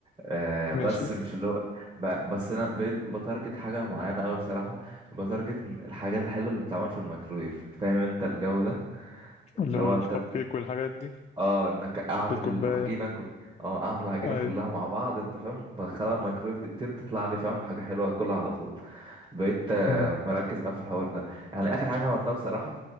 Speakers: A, on the right; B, on the left.
A: آه
B: ماشي
A: بس مش اللي هو ب- بس انا بقيت بتارجت حاجه معينه قوي بصراحه بتارجت إن الحاجات الحلوه اللي بتتعمل في الميكرويف فاهم انت الجو ده
B: اللي
A: اللي
B: هو
A: هو
B: الكب
A: انت
B: كيك والحاجات دي
A: اه انك اعمل
B: في الكوباية
A: العجينه كل... اه اعمل العجينه
B: أيوة
A: كلها مع بعض انت فاهم بدخلها الميكرويف دقيقتين تطلع لي فاهم حاجه حلوه اكلها على طول بقيت آه،
B: مم.
A: مركز قوي في الحوار ده يعني اخر حاجه عملتها بصراحه